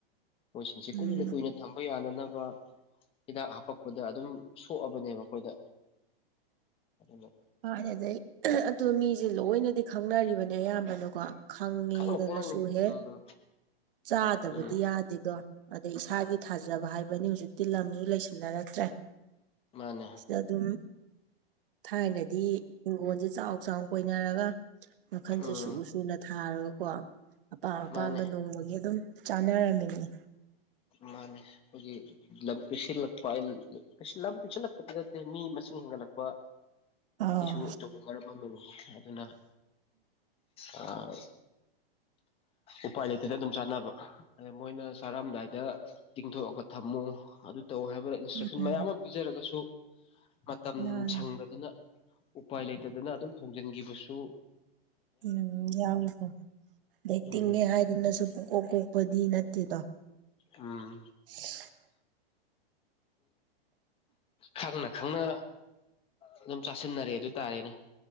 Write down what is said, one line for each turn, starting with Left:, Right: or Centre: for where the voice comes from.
Left: ꯃꯣꯏꯁꯤꯡꯁꯦ
Right: ꯎꯝ
Left: ꯀꯨꯏꯅ ꯀꯨꯏꯅ ꯊꯝꯕ ꯌꯥꯅꯅꯕ ꯍꯤꯗꯥꯛ ꯍꯥꯞꯄꯛꯄꯗ ꯑꯗꯨꯝ ꯁꯣꯛꯑꯕꯅꯦꯕ ꯑꯩꯈꯣꯏꯗ ꯑꯗꯨꯅ
Right: ꯃꯥꯟꯅꯦ ꯑꯗꯩ ꯑꯗꯣ ꯃꯤꯁꯦ ꯂꯣꯏꯅꯗꯤ ꯈꯪꯅꯔꯤꯕꯅꯦ ꯑꯌꯥꯝꯕꯅꯀꯣ ꯈꯪꯉꯦꯗꯅꯁꯨ
Left: ꯈꯪꯅ ꯈꯪꯅꯅꯤ
Right: ꯍꯦꯛ
Left: ꯎꯝ
Right: ꯆꯥꯗꯕꯗꯤ
Left: ꯎꯝ
Right: ꯌꯥꯗꯦꯗꯣ ꯑꯗꯩ ꯏꯁꯥꯒꯤ ꯊꯥꯖꯕ ꯍꯥꯏꯕꯅꯤ ꯍꯧꯖꯤꯛꯇꯤ ꯂꯝꯁꯨ ꯂꯩꯁꯤꯟꯅꯔꯛꯇ꯭ꯔꯦ
Left: ꯃꯥꯅꯦ
Right: ꯁꯤꯗ ꯑꯗꯨꯝ ꯊꯥꯏꯅꯗꯤ ꯍꯤꯡꯒꯣꯟꯁꯦ ꯆꯥꯎ ꯆꯥꯎ ꯀꯣꯏꯅꯔꯒ ꯃꯈꯜꯁꯦ
Left: ꯎꯝ
Right: ꯁꯨ ꯁꯨꯅ ꯊꯥꯔꯒꯀꯣ ꯑꯄꯥꯝ ꯑꯄꯥꯝꯕ
Left: ꯃꯥꯅꯦ
Right: ꯅꯣꯡꯃꯒꯤ ꯑꯗꯨꯝ ꯆꯥꯟꯅ ꯔꯝꯃꯤꯅꯤ
Left: ꯃꯥꯅꯦ ꯈꯣꯏꯒꯤ ꯂꯝ ꯄꯤꯁꯤꯜꯂꯛꯄ ꯂꯝ ꯄꯁꯤꯜꯂꯛꯄꯗ ꯅꯠꯇꯦ ꯃꯤ ꯃꯁꯤꯡ ꯍꯦꯟꯒꯠꯂꯛꯄ
Right: ꯑꯥ
Left: ꯁꯤꯁꯨ ꯑꯆꯧꯕ ꯃꯔꯝ ꯑꯃꯅꯤ ꯑꯗꯨꯅ ꯑꯥ ꯎꯄꯥꯏ ꯂꯩꯇꯗꯅ ꯑꯗꯨꯝ ꯆꯥꯅꯕ ꯑꯗ ꯃꯣꯏꯅ ꯆꯥꯔꯝꯗꯥꯏꯗ ꯇꯤꯡꯊꯣꯛꯑꯒ ꯊꯝꯃꯨ ꯑꯗꯨ ꯇꯧ ꯍꯥꯏꯕꯗ ꯏꯟꯁꯇ꯭ꯔꯛꯁꯟ
Right: ꯎꯝ
Left: ꯃꯌꯥꯝ ꯑꯃ ꯄꯤꯖꯔꯒꯁꯨ ꯃꯇꯝ
Right: ꯃꯥꯅꯦ
Left: ꯁꯪꯗꯗꯅ ꯎꯄꯥꯏ ꯂꯩꯇꯗꯅ ꯑꯗꯨꯝ ꯊꯣꯡꯖꯤꯟꯒꯤꯕꯁꯨ
Right: ꯎꯝ ꯌꯥꯎꯔꯤ <unintelligible> ꯗꯩꯩꯏ
Left: ꯎꯝ
Right: ꯇꯤꯡꯉꯦ ꯍꯥꯏꯗꯨꯅꯁꯨ ꯄꯨꯡ ꯀꯣꯛ ꯀꯣꯛꯄꯗꯤ ꯅꯠꯇꯦꯗꯣ
Left: ꯎꯝ
Right: <unintelligible>
Left: ꯈꯪꯅ ꯈꯪꯅ ꯑꯗꯨꯝ ꯆꯥꯁꯤꯟꯅꯔꯦ ꯑꯗꯨ ꯇꯥꯔꯦꯅꯦ